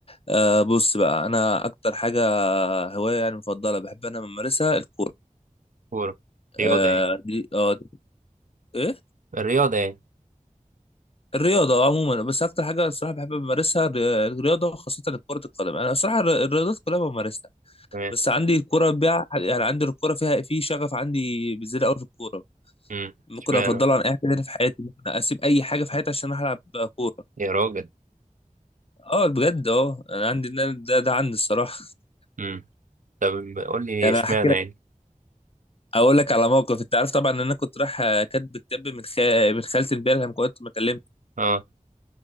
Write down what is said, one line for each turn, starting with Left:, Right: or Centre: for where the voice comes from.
Left: آه بص بقى انا اكتر حاجة هواية يعني مفضلة بحب انا بمارسها الكورة
Right: كورة رياضة
Left: آه
Right: يعني
Left: دي اه دي ايه
Right: الرياضة يعني
Left: الرياضة عموما بس اكتر حاجة الصراحة بحب امارسها الري- الرياضة خاصة كرة القدم انا الصراحة الر- الرياضات كلها بمارسها
Right: تمام
Left: بس عندي الكورة بيع يعني عندي الكورة فيها في شغف عندي بزيادة قوي في الكورة
Right: أمم،
Left: ممكن
Right: اشمعنى
Left: افضلها عن اي حاجة تانية في حياتي ممكن اسيب اي حاجة في حياتي عشان العب كورة
Right: يا راجل
Left: اه بجد اه انا عندي ده, ده ده عندي الصراحه <laughs>
Right: أمم، طب قول لي
Left: يعني
Right: اشمعنى
Left: انا هحكي لك
Right: يعني
Left: اقول لك على موقف انت عارف طبعا ان انا كنت رايح آه، كاتب كتاب من خ... من خالتي امبارح لما كنت بكلمك
Right: أه